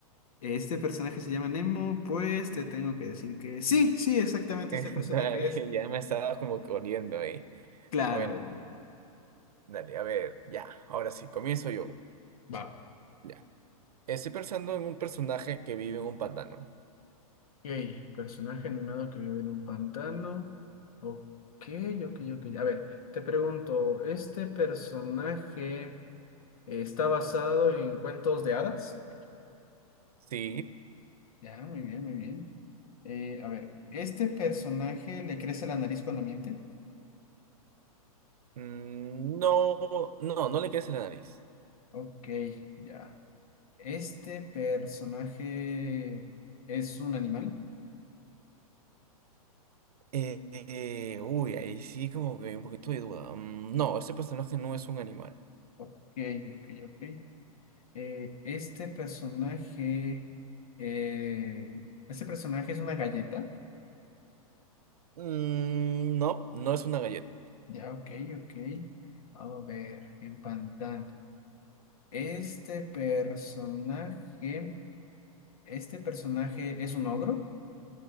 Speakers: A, on the left; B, on the right.
A: Este personaje se llama Nemo, pues te tengo que decir que sí, sí, exactamente
B: Eh,
A: este
B: <laughs>
A: personaje
B: Dale,
A: es.
B: ya me estaba como que oliendo ahí.
A: Claro,
B: Bueno, dale, a ver, ya, ahora sí, comienzo yo.
A: va.
B: Ya. Estoy pensando en un personaje que vive en un pantano.
A: Ok, personaje animado que vive en un pantano. Ok, ok, ok. A ver, te pregunto, ¿este personaje eh, está basado en cuentos de hadas?
B: Sí.
A: Ya, muy bien, muy bien. Eh, a ver, ¿este personaje le crece la nariz cuando miente?
B: Mm, No, no, no le quieres la nariz.
A: Ok, ya. ¿Este personaje es un animal?
B: Eh, eh, uy, ahí sí como que un poquito de duda. Mm, No, este personaje no es un animal.
A: Ok, ok, ok. Eh, ¿este personaje... eh, ¿Este personaje es una galleta?
B: Mm, no, no es una galleta.
A: Ya, ok, ok. A ver, empantando. Este personaje, este personaje es un ogro.